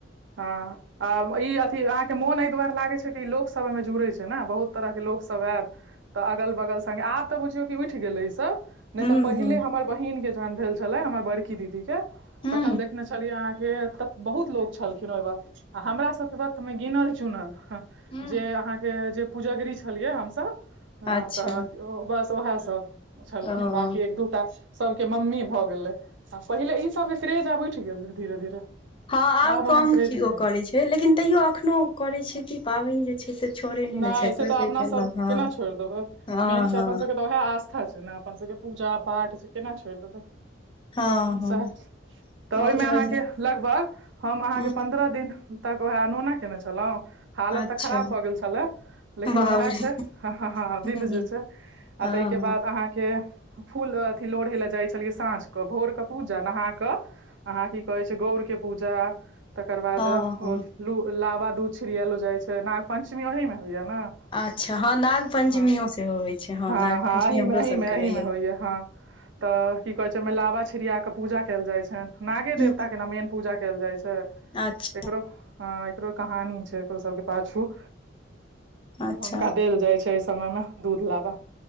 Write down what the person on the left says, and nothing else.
हूं
हूं
हूं
अच्छा
ओ
हँ आब कम
कियो
करै छै लेकिन तैयो एखनोह करै छै कि पाबैन जे छै से छोड़े नहि
ने छै
कोइ
कोइ
केलक
हँ
हँ
हँ
हँ हँ
बहुत
बढ़िआँ
हूं
अच्छा
बाप
रे
हूं
हँ
हँ
हूं
हँ हँ
अच्छा हँ नाग पंचमियो
सेहो होइ छै
नाग पंचमी
हमरो
सबके
होइया
हूँ
अच्छा
अच्छा